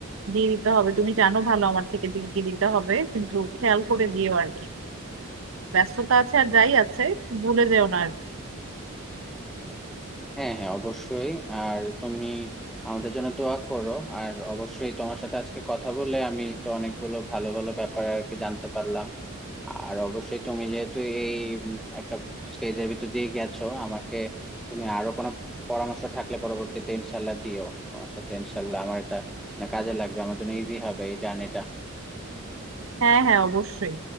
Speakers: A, on the right; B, in the centre.
A: দিয়ে দিতে হবে তুমি জানো ভালো আমার থেকে যে কি কি দিতে হবে কিন্তু খেয়াল করে দিও আর কি ব্যস্ততা আছে আর যাই আছে ভুলে যেও না আর কি।
B: হ্যাঁ হ্যাঁ অবশ্যই আর তুমি আমাদের জন্য দোয়া করো আর অবশ্যই তোমার সাথে আজকে কথা বলে আমি তো অনেকগুলো ভালো ভালো ব্যাপার আর কি জানতে পারলাম আর অবশ্যই তুমি যেহেতু এই উম, একটা স্টেজের ভিতর দিয়ে গেছো আমাকে তুমি আরো কোনো পরামর্শ থাকলে পরবর্তীতে ইনশাল্লাহ দিও আমার সাথে ইনশাল্লাহ আমার এটা মানে কাজে লাগবে আমার জন্য ইজি হবে এই জার্নিটা
A: হ্যাঁ হ্যাঁ অবশ্যই